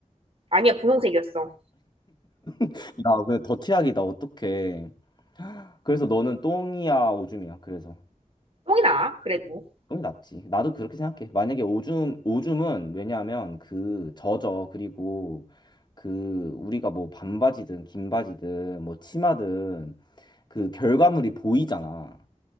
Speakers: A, on the right; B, on the left.
A: 아니야 분홍색이었어.
B: 야, 그 더티하기다 어떡해. 그래서 너는 똥이야, 오줌이야. 그래서
A: 똥이 나 그래도.
B: 똥이 낫지. 나도 그렇게 생각해. 만약에 오줌, 오줌은 왜냐하면 그 젖어. 그리고 그 우리가 뭐 반바지든 긴 바지든 뭐 치마든 그 결과물이 보이잖아.